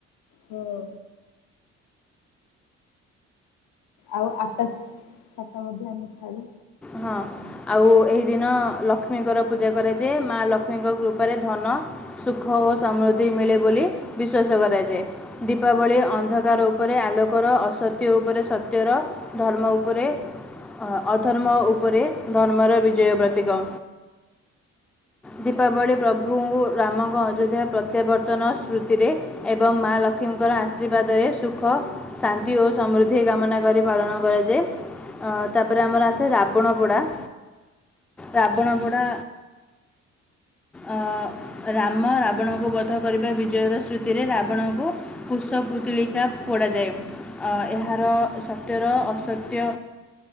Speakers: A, on the left (about 80°); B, in the centre.
A: ହଁ। ଆଉ ଆକାଶ ଛତା ମଧ୍ୟ ଆମେ ଛାଡ଼ୁ।
B: ହଁ ଆଉ ଏହି ଦିନ ଲକ୍ଷ କ୍ଷ୍ମୀଙ୍କର ପୂଜା କରାଯାଏ ମା ଲକ୍ଷ୍ମୀଙ୍କ କୃପାରେ ଧନ ସୁଖ ଓ ସମୃଦ୍ଧି ମିଳେ ବୋଲି ବିଶ୍ଵାସ କରାଯାଏ। ଦୀପାବଳୀ ଅନ୍ଧକାର ଉପରେ ଆଲୋକର ଅସତ୍ୟ ଉପରେ ସତ୍ୟର ଧର୍ମ ଉପରେ ଅ-ଅଧର୍ମ ଅଧର୍ମ ଉପରେ ଧର୍ମର ବିଜୟ ପ୍ରତୀକ। ଦୀପାବଳି ପ୍ରଭୁଙ୍କୁ ରାମଙ୍କ ଅଯୋଧ୍ୟା ପ୍ରତ୍ୟାବର୍ତ୍ତନ ସ୍ମୃତିରେ ଏବଂ ମା ଲକ୍ଷ୍ମୀଙ୍କର ଆଶୀର୍ବାଦ ରେ ସୁଖ ଶାନ୍ତି ଓ ସମୃଦ୍ଧି କାମନା କରି ପାଳନ କରାଯାଏ ଅ- ତାପରେ ଆମର ଆସି ସେ ରାବଣପୋଡା- ରାବଣପୋଡା ଅ- ରାମ ରାବଣଙ୍କୁ ବଧ କରିବା ବିଜୟର ସ୍ରୁତୀ ରେ ରାବଣକୁ କୁଷ ପୁତୁଳିକା ପୋଡାଯାଏ ଅ- ଏହାର ସତ୍ୟର ଅସତ୍ୟ